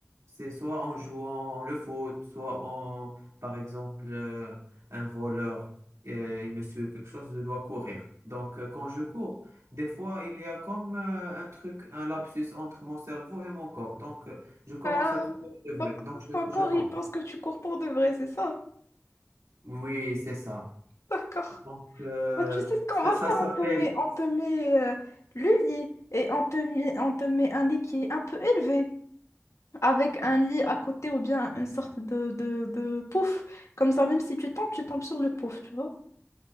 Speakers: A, on the right (about 85°); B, on the left (about 70°).
A: C'est soit en jouant le foot, soit en, par exemple, euh, un voleur, euh, il me suit quelque chose, je dois courir. Donc, euh, quand je cours, des fois, il y a comme euh, un truc, un lapsus entre mon cerveau et mon corps. Donc, euh, je commence
B: je- euh,
A: à courir de vrai.
B: donc
A: Donc, je,
B: ton
A: je
B: corps,
A: tombe.
B: il pense que tu cours pour de vrai, c'est ça?
A: Oui, c'est ça.
B: D'accord.
A: Donc, euh,
B: Bah, tu sais ce qu'on
A: ça,
B: va
A: ça
B: faire?
A: s'appelle...
B: On te met, on te met euh, le lit et on te met, on te met un lit qui est un peu élevé avec un lit à côté ou bien une sorte de, de, de pouf. Comme ça, même si tu tombes, tu tombes sur le pouf, tu vois?